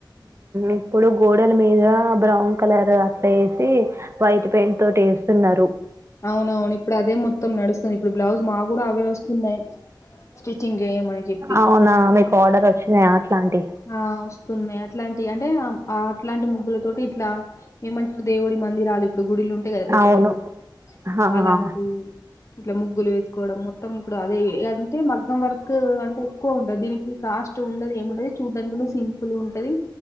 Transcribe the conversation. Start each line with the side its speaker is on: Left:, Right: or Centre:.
Right: ఇప్పుడు గోడల మీద బ్రౌన్ కలర్ అట్లా వేసి వైట్ పెయింట్ తో. తో వేస్తున్నారు.
Left: అవునవును ఇప్పుడు అదే మొత్తం నడుస్తుంది ఇప్పుడు బ్లౌజ్ మాకు కూడా అవే వస్తున్నాయి. స్టిచ్చింగ్ చేయమని చెప్పి
Right: అవునా మీకు. ఆర్డర్ వచ్చినాయా అట్లాంటి
Left: ఆహ్ వస్తున్నాయి అట్లాంటి అంటే అట్లాంటి ముగ్గులతోటి ఇట్లా ఏమంటారు. దేవుడి మందిరాలు. ఇప్పుడు గుడిలు ఉంటాయి కదా పెద్ద
Right: అవును
Left: పెద్దవి
Right: ఆ.
Left: అలాంటివి ఇట్లా ముగ్గులు వేసుకోవడం మొత్తం. మొత్తం ఇప్పుడు అదే అంటే మగ్గం వర్క్ అంటే ఎక్కువ ఉంటది దీనికి కాస్ట్ ఉండదు ఏముండదు. దానికి కూడా సింపుల్ ఉంటది